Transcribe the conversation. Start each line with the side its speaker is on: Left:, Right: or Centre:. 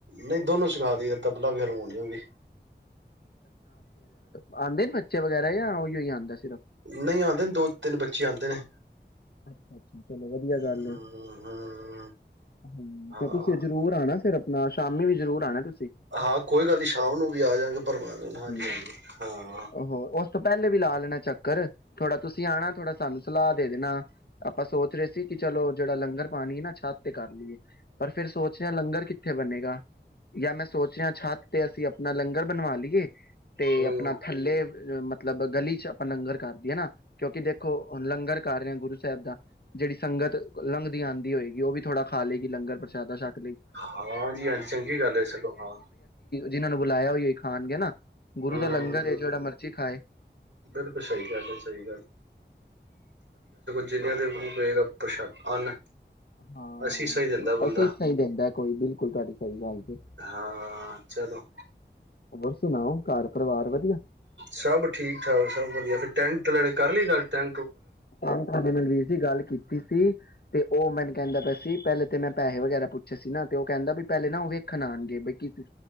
Right: ਨਹੀਂ ਦੋਨੋਂ ਸਿਖਾ ਦੀ ਦਾ ਤਬਲਾ ਵੀ ਹਰਮੋਨੀਅਮ ਵੀ।
Left: ਆਉਂਦੇ ਨੇ ਬੱਚੇ ਵਗੈਰਾ ਜਾਂ ਉਹੀ ਹੀ ਆਉਂਦਾ ਸਿਰਫ।
Right: ਨਹੀਂ ਆਂਦੇ ਨੇ ਦੋ ਤਿੰਨ ਬੱਚੇ ਆਉਂਦੇ ਨੇ।
Left: ਅੱਛਾ-ਅੱਛਾ ਚਲੋ ਵਧੀਆ
Right: ਹੂੰ
Left: ਗੱਲ ਏ ਹਮ
Right: ਹਾਂ
Left: ਤੇ ਤੁਸੀਂ ਜਰੂਰ ਆਣਾ ਫਿਰ ਨਾ ਸ਼ਾਮੀ ਵੀ ਜਰੂਰ ਆਉਣਾ ਤੁਸੀ
Right: ਹਾਂ ਕੋਈ ਗੱਲ ਨਹੀਂ ਸ਼ਾਮ ਨੂੰ ਵੀ ਆ ਜਾਂਗੇ ਪਰਿਵਾਰ ਹਾਂ।
Left: ਹੂੰ ਹੋ ਉਸ ਤੋਂ ਪਹਿਲੇ ਵੀ ਲਾ ਲੈਣਾ ਚੱਕਰ ਥੋੜਾ ਤੁਸੀਂ ਆਉਣਾ ਥੋੜਾ ਸਾਨੂੰ ਸਲਾਹ ਦੇ ਦੇਨਾ। ਆਪਾਂ ਸੋਚ ਰਹੇ ਸੀ ਕਿ ਚਲੋ ਜਿਹੜਾ ਲੰਗਰ ਪਾਣੀ ਹੈ ਨਾ ਛੱਤ ਤੇ ਕਰ ਲਈਏ ਪਰ ਫਿਰ ਸੋਚ ਰਹੇ ਲੰਗਰ ਕਿੱਥੇ ਬਣੇਗਾ ਜਾਂ ਮੈਂ ਸੋਚ ਰਿਹਾ ਛੱਤ ਤੇ ਅਸੀਂ ਆਪਣਾ ਲੰਗਰ ਬਣਵਾ ਲਈਏ। ਤੇ
Right: ਹੂੰ
Left: ਆਪਣਾ ਥੱਲੇ ਅ ਮਤਲਬ ਗਲੀ ਚ ਆਪਾਂ ਲੰਗਰ ਕਰਕੇ ਹਨਾ। ਕਿਉਂਕਿ ਦੇਖੋ ਹੁਣ ਲੰਗਰ ਕਰ ਰਿਹਾ ਗੁਰ ਸਾਹਿਬ ਦਾ ਜਿਹੜੀ ਸੰਗਤ ਲੰਘਦੀ ਆਂਦੀ ਹੋਏਗੀ ਉਹ ਵੀ ਥੋੜਾ ਖਾਲੇ ਗੀ ਲੰਗਰ ਪ੍ਰਸ਼ਾਦਾ ਸ਼ਕ
Right: ਹਾਂਜੀ ਹਾਂਜੀ ਚੰਗੀ ਗੱਲ ਹੈ ਸਗੋਂ ਹਾਂ।
Left: ਜਿਨ੍ਹਾਂ ਨੂੰ ਬੁਲਾਇਆ ਓਹੀਓ ਖਾਣਗੇ ਨਾ। ਗੁਰੂ
Right: ਹੂੰ
Left: ਦਾ ਲੰਗਰ ਏ ਜਿਹੜਾ ਮਰਜੀ ਖਾਏ।
Right: ਬਿਲਕੁਲ ਸਹੀ ਗੱਲ ਹੈ ਸਹੀ ਜਿੰਨੀਆਂ ਦੇ ਮੂੰਹ ਪਏਗਾ ਪ੍ਰ ਅੰਨ।
Left: ਹਾਂ
Right: ਅਸੀਸਾਂ ਹੀ ਦਿੰਦਾ ਬੰਦਾ
Left: ਅਸੀਸਾਂ ਹੀ ਦਿੰਦਾ ਕੋਈ ਬਿਲਕੁਲ ਤੁਹਾਡੀ ਸਹੀ ਗੱਲ ਜੇ।
Right: ਹਾਂ ਚਲੋ
Left: ਹੋਰ ਸੁਣਾਓ ਘਰ ਪਰਿਵਾਰ ਵਧੀਆ
Right: ਸਭ ਠੀਕ ਠਾਕ ਸਭ ਵਧੀਆ ਫੇਰ ਟੈਂਟ <unintelligible> ਕਰਲੀ ਗੱਲ ਟੈਂ
Left: <unintelligible> ਵੀਰ ਜੀ ਗੱਲ ਕੀਤੀ ਸੀ। ਤੇ ਉਹ ਮੈਨੂੰ ਕਹਿੰਦਾ ਪਿਆ ਸੀ ਪਹਿਲੇ ਤੇ ਮੈਂ ਪੈਸੇ ਵਗੈਰਾ ਪੁੱਛੇ ਸੀ ਨਾ ਤੇ ਉਹ ਕਹਿੰਦਾ ਵੀ ਪਹਿਲੇ ਨਾ ਉਹ ਵੇਖਣ ਆਣਗੇ ਬ ਕੀ ਸੀ